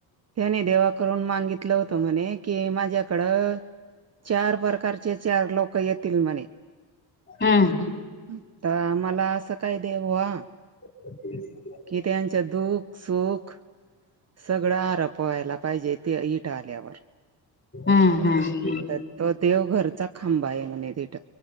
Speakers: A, on the right; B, on the left.
A: त्याने देवा कडून मागितलं होत म्हने कि माझ्याकडं चार परकार चे चार लोकं येतील म्हणे.
B: हम्म.
A: आता मला असं काय येते बुआ.
B: <inaudible>
A: की त्यांच्यात दुःख सुख सगळं हारप वायला पायजे ते इट आल्यावर.
B: अं हं.
A: तर तो देवघरचा खंबा हाय म्हणे तिथं.